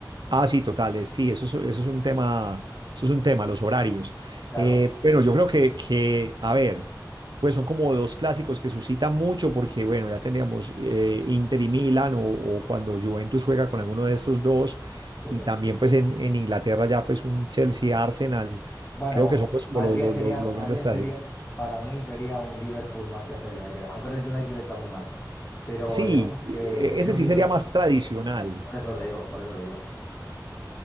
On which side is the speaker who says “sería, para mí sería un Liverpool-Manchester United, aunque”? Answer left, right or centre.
Left